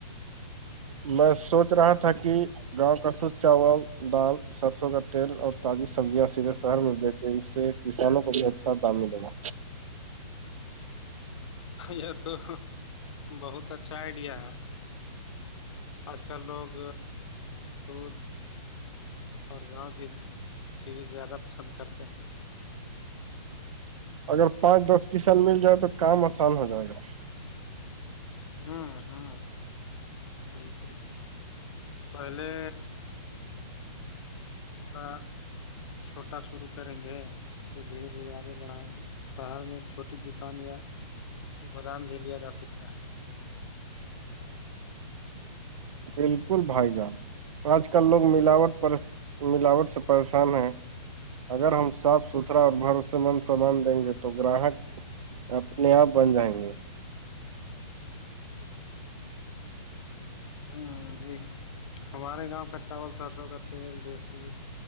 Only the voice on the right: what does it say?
میں سوچ رہا تھا کہ گاؤں کا سھ چاول دال سرسوں کا تیل اور تازی سبزیاں سیدھے شہر میں بیچے اس سے کسانوں کو بھی اچھا دام ملے گا
اگر پانچ دس کسان مل جائے تو کام آسان ہو جائے گا
بالکل بھائی جان آج کل لوگ ملاوٹ پر ملاوٹ سے پریشان ہیں اگر ہم صاف ستھرا اور بھروسے مند سامان دیں گے تو گراہک اپنے آپ بن جائیں گے